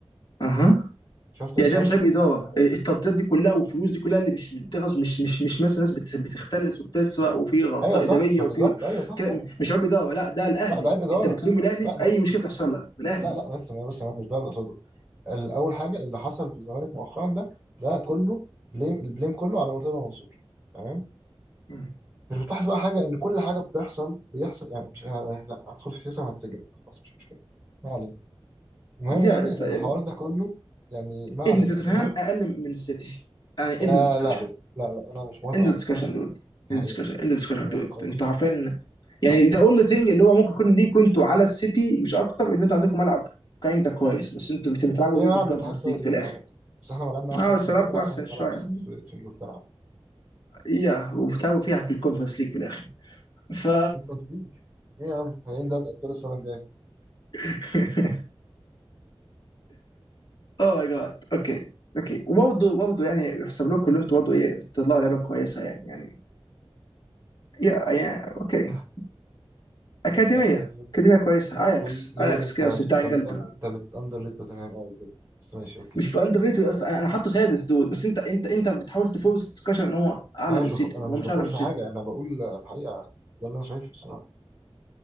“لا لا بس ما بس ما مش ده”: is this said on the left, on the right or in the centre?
Right